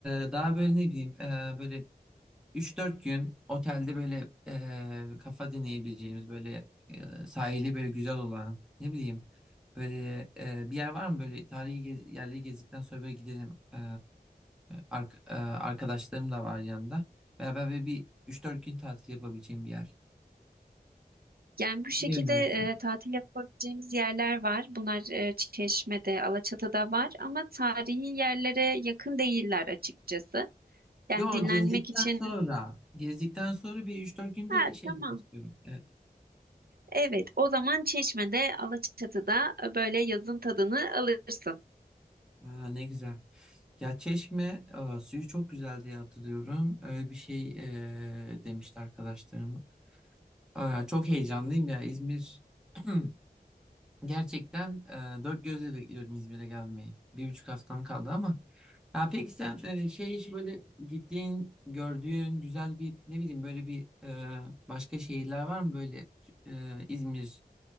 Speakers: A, in the centre; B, on the right.
A: e, daha böyle ne bileyim e, böyle Üç dört gün otelde böyle e, kafa dinleyebileceğimiz böyle e, sahili böyle güzel olan ne bileyim böyle e, bir yer var mı böyle tarihi gez- yerleri gezdikten sonra böyle gidelim. E, ark- e, arkadaşlarım da var yanımda. Beraber böyle bir üç dört gün tatil yapabileceğim bir yer.
B: Yani bu şekilde
A: Ne önerirsin?
B: e, tatil yapabileceğimiz yerler var. Bunlar e, Çeşme'de, Alaçatı'da var ama tarihi yerlere yakın değiller açıkçası. Yani
A: Yo
B: dinlenmek
A: gezdikten
B: için.
A: sonra gezdikten sonra bir üç dört günde
B: Ha,
A: şey
B: tamam.
A: yapmak istiyorum. E,
B: Evet, o zaman Çeşme'de, Alaçatı'da e, böyle yazın tadını alırsın.
A: Aa, ne güzel. Ya Çeşme e, suyu çok güzel diye hatırlıyorum. Öyle bir şey e, demişti arkadaşlarım. Aa, çok heyecanlıyım ya İzmir. <clears throat> Gerçekten e, dört gözle bekliyorum İzmir'e gelmeyi. Bir buçuk haftam kaldı ama. Ya peki sen e, şey hiç böyle gittiğin, gördüğün güzel bir ne bileyim böyle bir e, başka şehirler var mı böyle e, İzmir